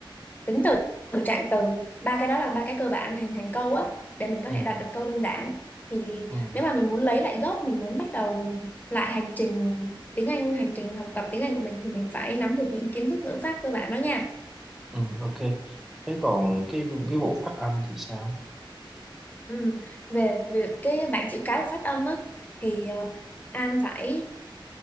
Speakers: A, on the left; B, in the centre.
A: tính từ trạng từ ba cái đó là ba cái cơ bản để hình thành câu á để mình có
B: ừ
A: thể đặt được câu đơn giản thì
B: ừ
A: nếu mà mình muốn lấy lại gốc mình muốn bắt đầu lại hành trình tiếng Anh hành trình học tập tiếng Anh của mình thì mình phải nắm được những kiến thức ngữ pháp cơ bản đó nha
B: ừ ok thế còn cái cái vụ phát âm thì sao
A: Ừ. Về, về cái bảng chữ cái và phát âm á thì ờ, An phải